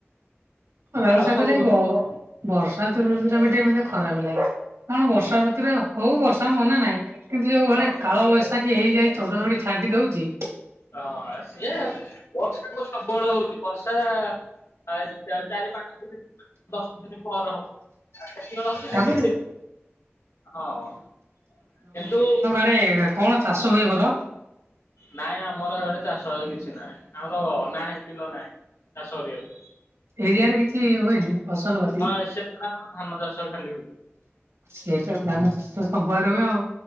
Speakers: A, on the right; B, on the left.
A: ରହୁ
B: ଆଉ
A: ସାର
B: ସବୁ
A: ଦେଲେ ଇବ
B: ଋ
A: <unintelligible> ବର୍ଷାୁ ଋତୁ ଟା ବି ଟିକେ ମାନେ ଖରାପ ଲାଗେ କାରଣ -ବର୍ଷା ଋତୁରେ ହଉ ବର୍ଷା ମନା ନାହିଁ କିନ୍ତୁ ଯୋଉ
B: ହଁ।
A: ଭଳିଆ କାଳ ବୈଶାଖୀ ହେଇଯାଇ ଚଡ଼ଚଡ଼ି ଛାଡି ଦଉଛି
B: ହଁ ସିଏ ବର୍ଷା କୋଉ ସବୁବେଳେ ହଉଛି? ବର୍ଷା ଚାରି, ପାଞ୍ଚ ଦିନ, ଦଶ ଦିନ ପରେ ହବ। ଆଉ ଯେତେବେଳେ ହଉଛି
A: ତାପରେ
B: ଦି ତିନ ତିନ ଦିନ, ହଁ କିନ୍ତୁ
A: ରେ କଣ ଚାଷ ହୁଏ ଭଲ?
B: ନାଇଁ ଆମର ଆଡେ ଚାଷ କିଛି ନାହିଁ, ଆମର ଅ ନାହିଁ ବିଲ ନାହିଁ। ଚାଷ କରିବାକୁ
A: ଏରିଆରେ କିଛି ହୁଏନି ଫସଲ ବାର
B: ହଁ ସେ ପରା ଆମର ଧାନ ଚାଷ ଖାଲି ହୁଏ।
A: ସେଟା ଧାନ ଚାଷ ତ ସବୁଆଡେ ହୁଏ ଆଉ